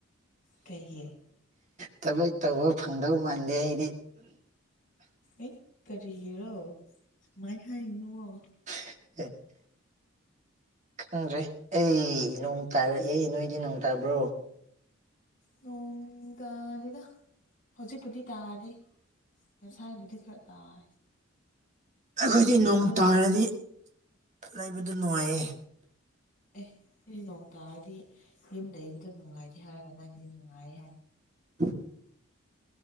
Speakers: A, on the left; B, on the right.
A: ꯀꯩꯒꯤ
B: ꯊꯕꯛ ꯇꯧꯕ ꯐꯪꯗꯧ ꯃꯥꯟꯗꯦ ꯑꯩꯗꯤ
A: ꯑꯦ ꯀꯔꯤꯒꯤꯔꯣ ꯗꯨꯃꯥꯏ ꯍꯥꯏꯅꯨꯑꯣ
B: <inaudible> ꯈꯪꯗ꯭ꯔꯦ ꯑꯩ ꯅꯣꯡ ꯇꯥꯔꯛꯑꯦ ꯅꯣꯏꯗꯤ ꯅꯣꯡ ꯇꯥꯕ꯭ꯔꯣ
A: ꯅꯣꯡ ꯇꯥꯗꯦꯗ ꯍꯧꯖꯤꯛꯄꯨꯗꯤ ꯇꯥꯗꯔꯤ ꯉꯥꯁꯥꯏꯕꯨꯗꯤ ꯈꯔ ꯇꯥꯏ
B: ꯑꯩꯈꯣꯏꯗꯤ ꯅꯣꯡ
A: ꯍꯟꯗꯛ
B: ꯇꯥꯔꯗꯤ ꯂꯩꯕꯗꯨ ꯅꯨꯡꯉꯥꯏꯌꯦ
A: ꯑꯦ ꯑꯩꯗꯤ ꯅꯣꯡ ꯇꯥꯔꯗꯤ ꯌꯨꯝ ꯂꯩꯕꯗꯣ ꯅꯨꯡꯉꯥꯏꯇꯦ ꯍꯥꯏꯔꯒ ꯅꯪꯗꯤ ꯅꯨꯡꯉꯥꯏꯌꯦ ꯍꯥꯏ
B: <unintelligible>